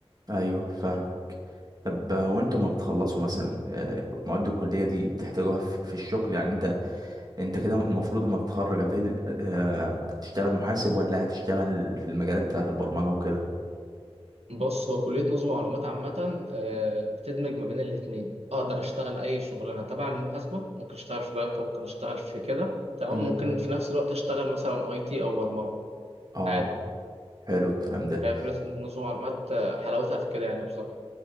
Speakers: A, on the right; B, on the right.
A: ايوه فاهمك طب هو انتوا ما بتخلصوا مثلا آه، مواد الكليه دي بتحتاجوها في في الشغل يعني انت انت كده المفروض لما تتخرج هتل... آه، تشتغل محاسب ولا هتشتغل في المجالات بتاعة البرمجة وكده
B: بص هو كليه نظم معلومات عامه آه، بتدمج ما بين الاثنين اقدر اشتغل اي شغلانه تبع المحاسبه ممكن اشتغل في بنك ممكن اشتغل في كده تمام
A: مم.
B: ممكن في نفس الوقت اشتغل مثلا اي تي او برمجه
A: اه
B: عادي
A: حلو الكلام ده
B: فكليه نظم معلومات آه، حلاوتها في كده يعني بصراحه